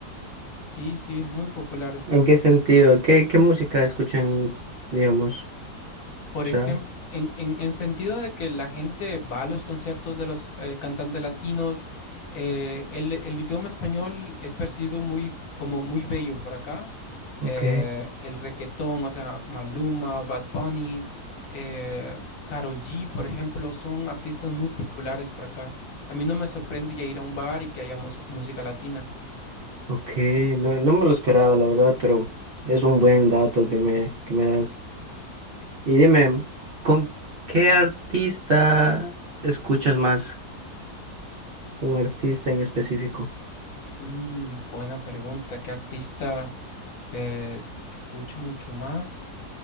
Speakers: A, on the left (about 60°); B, on the right (about 65°).
A: Sí, sí, muy popular está.
B: ¿En qué sentido? ¿Qué, qué música escuchan, digamos?
A: Por
B: O sea,
A: ejemplo, en, en, en sentido de que la gente va a los conciertos de los eh, cantantes latinos, eh, el, el idioma español es percibido muy, como muy bello por acá.
B: ok,
A: Eh, el requetón, o sea, Maluma, Bad Bunny, eh, Karol G, por ejemplo, son artistas muy populares por acá. A mí no me sorprende ya ir a un bar y que haya mus- música latina.
B: ok. No, no me lo esperaba, la verdad, pero es un buen dato que me, que me das. Y dime, ¿con qué artista escuchas más? ¿Un artista en específico?
A: Mm, buena pregunta. ¿Qué artista eh, escucho mucho más?